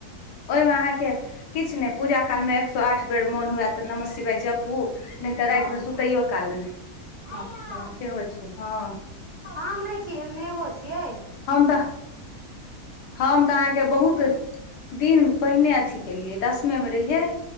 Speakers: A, on the left; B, on the right.
A: ओय में अहाँ के किछु ने पूजा काल में एक सौ आठ बेर मोन हुएत तऽ नमः शिवाय जपू नय तऽ
B: हँ
A: रा इतमे सुतैयो काल मे
B: अच्छा
A: सेहो छै हँ
B: आम नय छियै नेबो छियै
A: हम तऽ हम तऽ अहाँके बहुत दिन पहिने अथी केलियै दसमे मे रहियै